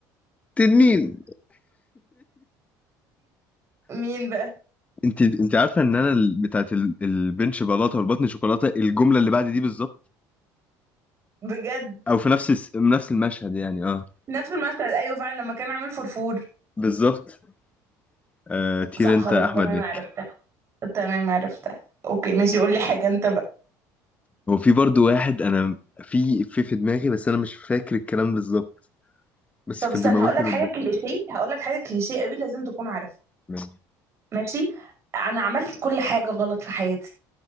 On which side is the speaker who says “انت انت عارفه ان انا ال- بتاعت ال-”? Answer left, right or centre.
Left